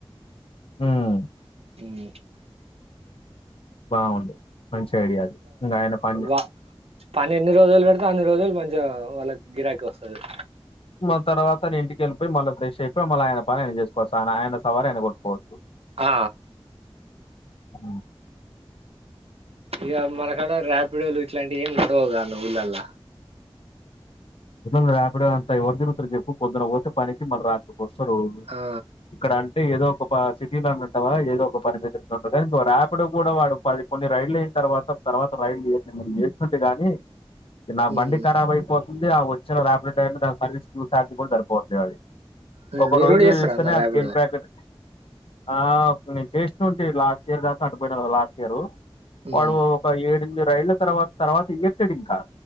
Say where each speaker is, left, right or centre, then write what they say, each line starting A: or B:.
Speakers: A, on the left; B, on the right.
A: ఉమ్
B: <unintelligible>
A: బాగుంది మంచి ఐడియాది ఇంకా ఆయన పని
B: వా పని ఎన్ని రోజులు పెడితే అన్ని రోజులు మంచిగా వాళ్ళకి గిరాకీ వస్తుంది
A: మన తర్వాత ఇంటికిపోయి మళ్ళీ ఫ్రెష్ అయి మళ్ళీ ఆయనని ఆన చేసుకోవచ్చు ఆయన సవారి ఆయన కొట్టుకోవచ్చు
B: ఆ
A: ఆ
B: ఇక మనకాడ రార్పిడోలు ఇట్లాంటివి ఏం వుండవుగా ఊళ్ళలా
A: పేపంత ఎవరు తిగుతరు చెప్పు పొద్న్నఓ పనికి మళ్ళ రాదు వస్తరు
B: ఆ
A: ఇక్కడ అంటే ఏదో ఒక సిటీలో అన్నంటావా ఏదో ఒక పనిమిద ఉంటుంది రార్పిడ్ కూడా వాడు పది కొన్ని రైళ్లు తర్వాత తర్వాత రైడ్ ఏర్ మీరు చేస్తున్టీ గాని నా
B: ఉమ్
A: బండి ఖరాబ్ అయిపోతుంది వచ్చిన ప్లో టై దాని సర్వీస్ క చూసా కూడా సరిపోతుంది అది
B: ఉమ్,
A: ఒక
B: మీరు
A: రోజు
B: కూడా చేస్తారా
A: చూస్తేనే
B: అన్న ర్యాపిడో
A: ఆ చెన్ ప్యాకెట్ ఆ నేను చేస్త ఉంటే లాస్ట్ ఇయర్ దాకా అంటపోయి లాస్ట్ ఇయర్
B: ఉమ్
A: వాడు ఒక ఏడి ఎనిమిది రైళ్ల తర్వాత తర్వాత ఈట్టాడు ఇంకా